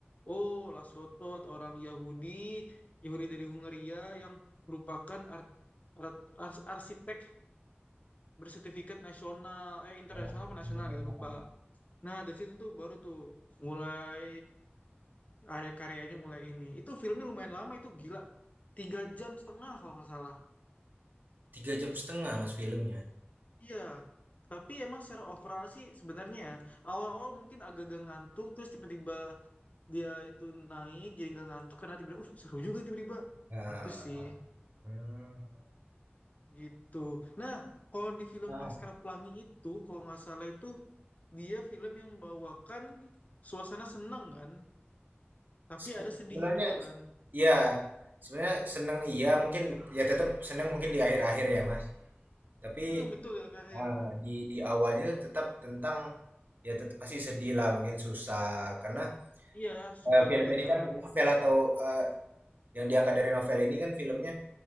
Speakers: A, on the left; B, on the right.
A: oh Laszlo Toth orang Yahudi Yahudi dari Hungaria yang merupakan ar- ar- ars- arsitek bersertifikat nasional eh internasional
B: oh
A: apa nasional
B: iya.
A: gitu lupa nah dari situ tuh baru tuh mulai area karyanya mulai ini itu filmnya lumayan lama itu gila tiga jam setengah kalau nggak salah
B: 3,5 jam setengah Mas filmnya?
A: iya tapi emang secara overall sih sebenarnya ya awal-awal mungkin agak-agak ngantuk terus tiba-tiba dia itu naik jadi nggak ngantuk karena tiba-tiba uh seru juga nih tiba-tiba
B: Ah,
A: itu sih
B: hmm.
A: gitu nah kalau di film
B: Ah,
A: Laskar Pelangi itu kalau nggak salah itu dia film yang membawakan suasana senang kan, tapi
B: se
A: ada sedihnya
B: sebenarnya
A: juga kan.
B: ya, sebenarnya seneng iya mungkin ya tetap seneng mungkin di akhir-akhir ya Mas, tapi
A: Hmm, betul ya Kak Hair.
B: Ah, di di awalnya tetap tentang ya tetap pasti sedih lah mungkin susah karena
A: Iya, suka
B: eh, film
A: dukanya.
B: ini kan novel atau eh, yang diangkat dari novel ini kan filmnya